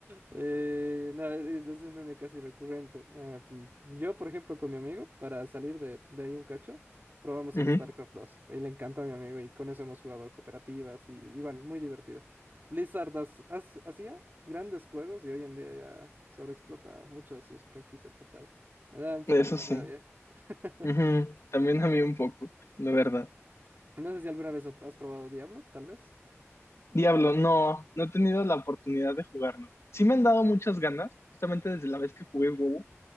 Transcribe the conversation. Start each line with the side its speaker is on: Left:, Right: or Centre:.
Right: Eh, no, es, es un meme casi recurrente. Eh, mm, yo, por ejemplo, con mi amigo, para salir de, de ahí un cacho, probamos
Left: Ujú,
Right: el StarCraft dos y le encantó a mi amigo, y con eso hemos jugado cooperativas, y igual, muy divertido. Blizzard has- has- hacía grandes juegos, y hoy en día ya sobreexplota mucho sus franquicias pasadas. Me da un poquito
Left: Eso
Right: de
Left: sí.
Right: rabia. <laughs>
Left: Ujú, También a mí un poco, la verdad.
Right: No sé si alguna vez has probado Diablo, tal vez.
Left: Diablo, no, no he tenido la oportunidad de jugarlo. Sí me han dado muchas ganas, justamente desde la vez que jugué WoW,